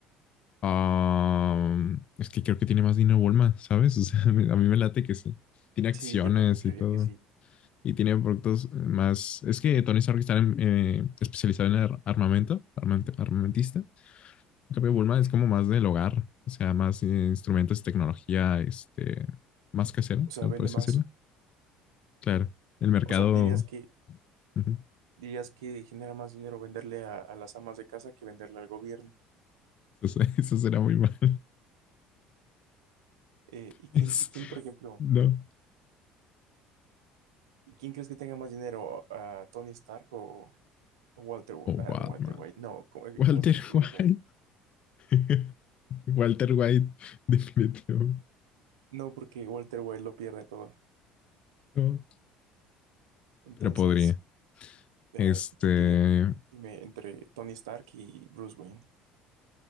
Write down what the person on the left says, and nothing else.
am, es que creo que tiene más dinero Bulma, ¿sabes? O sea, <laughs> a mí me late que sí. Tiene acciones
y todo.
Y tiene productos eh, más. Es que Tony Stark está en- eh, especializado en ar- armamento, armament- armamentista. En cambio, Bulma es como más del hogar. O sea, más eh, instrumentos, tecnología, este, más casera,
¿se
puede
decirlo? Claro. El mercado.
<laughs> ujú,
Eso, se- <laughs> eso será muy mal.
Es-
no.
O
Batman.
Walter
White.
<laughs> Walter White, definitivo.
No.
Pero podría.
Este,